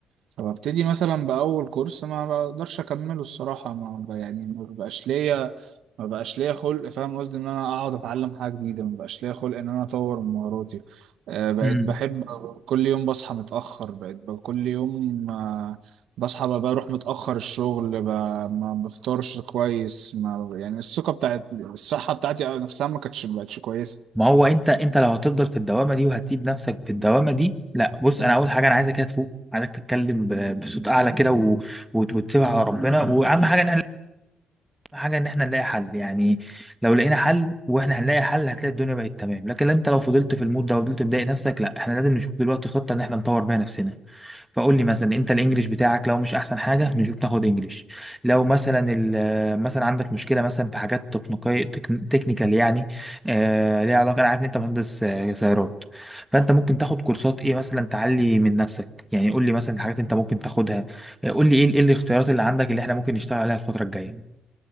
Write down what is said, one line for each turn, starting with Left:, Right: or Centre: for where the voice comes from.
Right: فببتدي مثلا بأول كورس ما بقدرش أكمله الصراحة ما ب- يعني ما بيبقاش ليا ما بقاش ليا خلق فاهم قصدي ان انا اقعد اتعلم حاجه جديده ما بقاش ليا خلق ان انا اطور من مهاراتي آه، بقيت
Centre: مم.
Right: بحب كل يوم بصحى متاخر بقيت ب- كل يوم آه، بصحى ب- بروح متاخر الشغل ب- ما بفطرش كويس ما يعني الثقه بتاعت الصحه بتاعتي نفسها ما كانتش بقتش كويسه
Centre: ما هو انت انت لو هتفضل في الدوامه دي وهتسيب نفسك في الدوامه دي لا بص انا اول حاجه انا عايزك كده تفوق عايزك تتكلم ب- بصوت اعلى كده و... وت- وتسيبها على ربنا واهم حاجه ان حاجة إن إحنا نلاقي حل يعني لو لقينا حل وإحنا هنلاقي حل هتلاقي الدنيا بقت تمام لكن أنت لو فضلت في المود ده وفضلت مضايق نفسك لا إحنا لازم نشوف دلوقتي خطة إن إحنا نطور بيها نفسنا فقول لي مثلا أنت الإنجليش بتاعك لو مش أحسن حاجة نشوف ناخد إنجليش لو مثلا ال- مثلا عندك مشكلة مثلا في حاجات تكنيكية تكن- تكنيكال يعني آه ليها علاقة أنا عارف إن أنت مهندس آه، سيارات فأنت ممكن تاخد كورسات إيه مثلا تعلي من نفسك يعني قول لي مثلا الحاجات أنت ممكن تاخدها آه، قول لي إيه إيه الاختيارات اللي عندك اللي إحنا ممكن نشتغل عليها الفترة الجاية